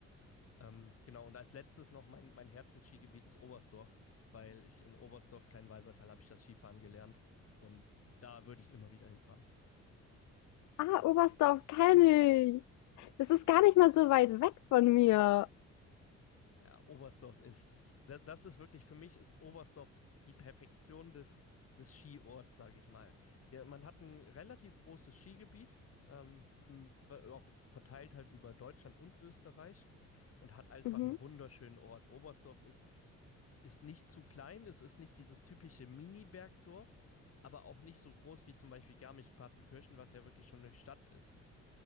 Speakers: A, on the left (about 50°); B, on the left (about 75°).
A: Ähm, genau, und als letztes noch mein, mein Herzensskigebiet ist Oberstdorf, weil ich in Oberstdorf, Kleinweisertal, habe ich das Skifahren gelernt und da würde ich immer wieder hinfahren.
B: Ah, Oberstdorf kenne ich. Das ist gar nicht mal so weit weg von mir.
A: Ja, Oberstdorf ist, da- das ist wirklich, für mich ist Oberstdorf die Perfektion des, des Skiorts, sage ich mal. Wir, man hat ein relativ großes Skigebiet, ähm, m- auch verteilt halt über Deutschland und Österreich und hat einfach
B: Mhm.
A: einen wunderschönen Ort. Oberstdorf ist, ist nicht zu klein, es ist nicht dieses typische Mini-Bergdorf, aber auch nicht so groß wie zum Beispiel Garmisch-Partenkirchen, was ja wirklich schon eine Stadt ist.